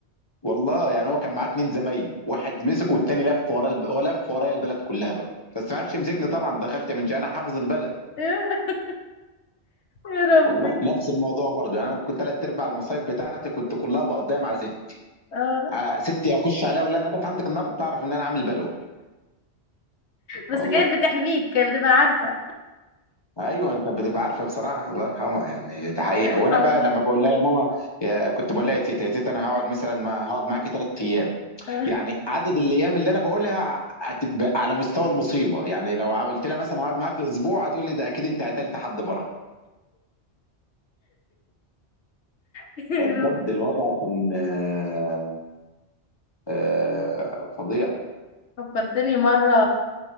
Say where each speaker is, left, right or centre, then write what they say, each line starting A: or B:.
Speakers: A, on the left; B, on the left.
A: والله يعني هو كان معاه اتنين زمايلي واحد مسك والتاني لف ورا الب... هو لف ورايا البلد كلها بقى بس ما عرفش يمسكني طبعا دخلت من جاي انا حافظ البلد
B: <laughs> يا يا ربي
A: والله نفس الموضوع برضه يعني انا كنت ثلاث ارباع المصايب بتاعتي كنت كلها بقضيها مع ستي
B: اه
A: آه، ستي اخش عليها ولا انا بات عندك النهارده تعرف ان انا عامل بلوه
B: بس
A: والله
B: كانت بتحميك كانت بتبقى عارفة
A: ايوه انا كانت بتبقى عارفه بصراحه الله يرحمها يعني ده حقيقه
B: الله يرحمها
A: وانا بقى لما بقول لها يا ماما يا كنت بقول لها يا تيتا يا تيتا انا هقعد
B: آه،
A: مثلا ما هقعد معاكي ثلاث ايام
B: آه.
A: يعني عدد الايام اللي انا بقولها هتبقى على مستوى المصيبه يعني لو قلت لها مثلا هقعد معاكي اسبوع هتقول لي ده اكيد انت قتلت حد بره
B: <laughs> يا
A: فبجد
B: ربي
A: الوضع كان آه، آه، فظيع
B: فكرتني مرة